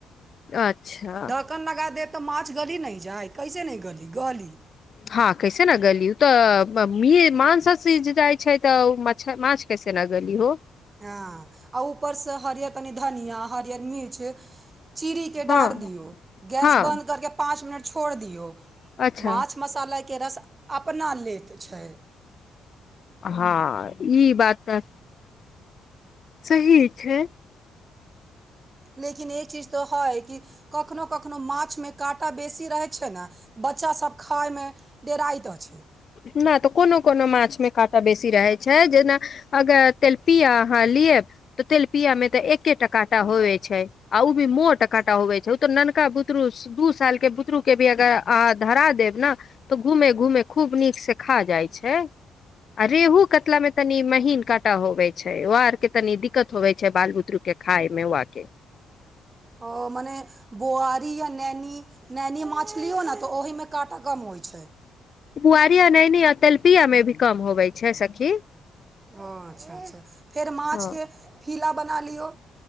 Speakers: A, on the left (about 50°); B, on the right (about 30°).
A: अच्छा
B: कन लगा देब तऽ माछ गली नहि जाइ कैसे नहि गली गली
A: हँ कैसे न गली उ तऽ मी मांस सीझ जाइ छै तऽ माछ कैसे न गली हो
B: हँ आ ऊपरसँ हरियर तनि धनियाँ हरियर मिर्च चीरीे के
A: हँ
B: डार दियौ गैस
A: हँ
B: बन्द करके पाँच मिनट छोड़ दियौ
A: अच्छा
B: माछ मसालाके रस अपना लेैत छै
A: हँ ई बात तऽ सही छै
B: लेकिन ई चीज तऽ हय की कखनो कखनो माछमे काँटा बेसी रहै छै ने बच्चासभ खायमे डेराइत अछि
A: नहि तऽ कोनो कोनो माछ मे काँटा बेसी रहैत छै जेना अगर तेलपिय अहाँ लेब तऽ तेलपिया मे तऽ एकेटा काँटा होेवै छै आ उ भी मोट काँटा होेवै छै उ तऽ ननका बुतरुस दू साल के बुतरु के भी अगर अहाँ धरा देब ने तऽ घूमे घुमे खूब नीक से खा जाइ छै आ रेहु कतला मे तनी महीन काँटा होवै छै वोआर के तनी दिक्कत होवै छै बाल बुतरु के खाय मे वा के
B: ओ मने बुआरी या नैनी नैनी माछ लियौ ने तऽ ओहिमे काँटा कम होइ छै
A: बुआरिया नैनी आ तेलपियामे भी कम होबै छै सखी
B: ओ अच्छा अच्छा फेर माछ
A: हँ
B: के फिला बना लियो